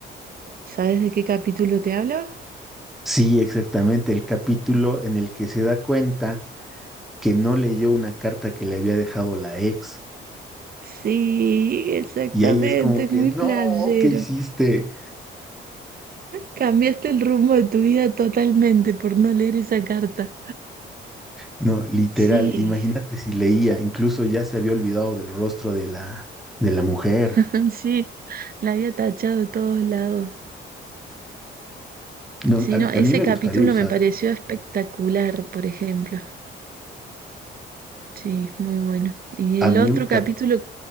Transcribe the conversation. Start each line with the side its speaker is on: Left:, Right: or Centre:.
Right: ¿Sabes de qué capítulo te hablo?
Centre: Sí, exactamente. El capítulo en el que se da cuenta que no leyó una carta que le había dejado la ex.
Right: Sí, exactamente,
Centre: Y ahí es como
Right: es
Centre: que,
Right: muy
Centre: no,
Right: flashero.
Centre: ¿qué hiciste?
Right: Cambiaste el rumbo de tu vida totalmente por no leer esa carta.
Centre: No, literal,
Right: Sí,
Centre: imagínate si leía, incluso ya se había olvidado del rostro de la, de la mujer.
Right: <laughs> sí, la había tachado de todos lados.
Centre: No,
Right: Sí,
Centre: a,
Right: no, ese
Centre: a mí me
Right: capítulo
Centre: gustaría usar,
Right: me pareció espectacular, por ejemplo. Sí, muy bueno. Y
Centre: a
Right: el
Centre: mí
Right: otro
Centre: un cap...
Right: capítulo,